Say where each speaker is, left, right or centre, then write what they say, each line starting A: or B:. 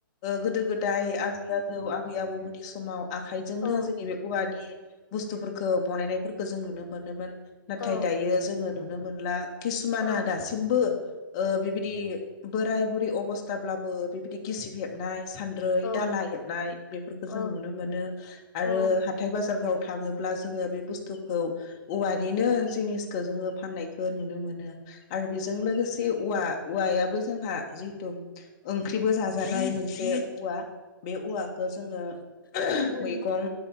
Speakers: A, on the left; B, on the left.
A: गोदो गोदाय आजै आजौ जौ आबै आबौमोननि समाव आखाइजोंनो
B: औ
A: जोंनि बे औवानि बुस्थुफोरखौ बनायनायफोरखौ जों नुनो मोनोमोन। नाथाय
B: औ
A: दायो जोंङो नुनो नुनो मोनला किसुमाना
B: औ
A: दासिमबो ओ बिबायदि बोराय बुरै अबस्थाब्लाबो बिबायदि गिसिब हेबनाय सान्द्रै
B: औ
A: दालाा हेब नाय बेफोरखौ
B: औ
A: जों नुनो मोनो आरो
B: औ
A: हाथाय बाजारफ्राव थाङोब्ला जोंङो बे बुस्थुखौ औवानिनो जिनिसखौ जोंङो फाननायखौ नुनो मोनो आरो बेजों लोगोसे औवा औवायाबो जोंहा जितु ओंख्रिबो जाजानाय मोनसे औवा बे औवाखौ जोंङो
B: उम
A: मैगं